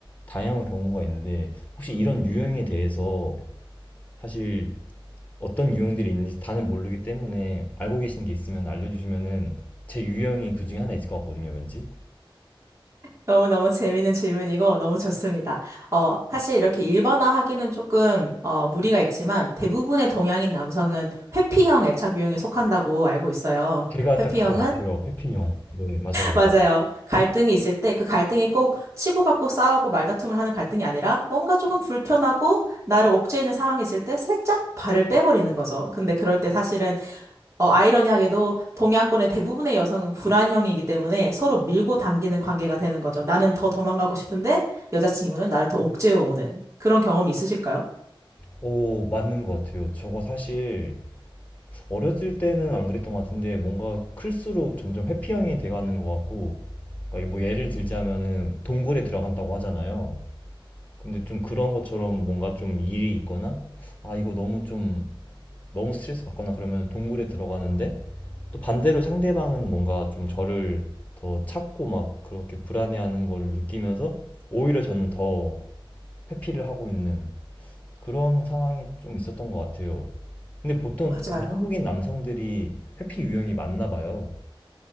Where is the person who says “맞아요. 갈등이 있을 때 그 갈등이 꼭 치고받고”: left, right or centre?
Right